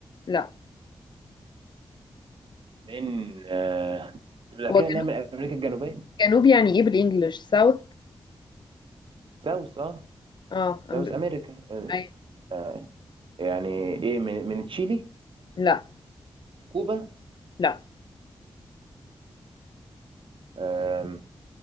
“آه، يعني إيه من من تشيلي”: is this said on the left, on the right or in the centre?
Right